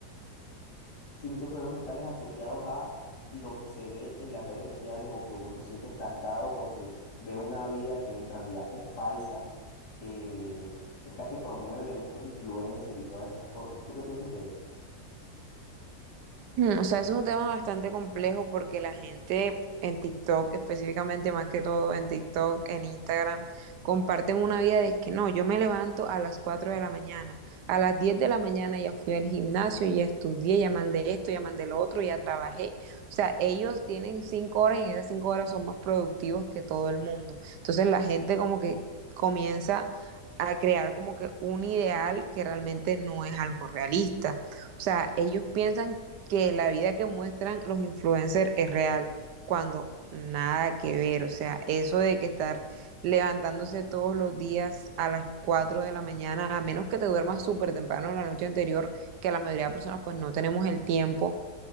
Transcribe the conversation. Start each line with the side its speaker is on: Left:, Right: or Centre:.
Left: Sí, muchos problemas mentales asociados a lo que se ve en las redes sociales o que uno se siente estancado porque ve una vida que en realidad es falsa, que es la que promueven estos influencers y todas esas cosas. ¿Tú qué piensas de eso?
Right: Mm, O sea, es un tema bastante complejo porque la gente en TikTok, específicamente más que todo en TikTok, en Instagram, comparten una vida de que no, yo me levanto a las 4 de la mañana, a las 10 de la mañana ya fui al gimnasio, ya estudié, ya mandé esto, ya mandé lo otro, ya trabajé. O sea, ellos tienen 5 horas y en esas 5 horas son más productivos que todo el mundo. Entonces la gente como que comienza a crear como que un ideal que realmente no es algo realista. O sea, ellos piensan que la vida que muestran los influencers es real, cuando nada que ver, o sea, eso de que estar levantándose todos los días a las 4 de la mañana, a menos que te duermas súper temprano la noche anterior, que la mayoría de personas pues no tenemos el tiempo